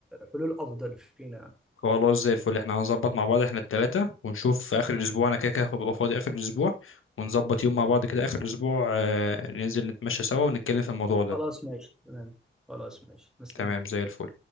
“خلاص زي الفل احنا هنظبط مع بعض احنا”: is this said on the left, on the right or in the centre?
Left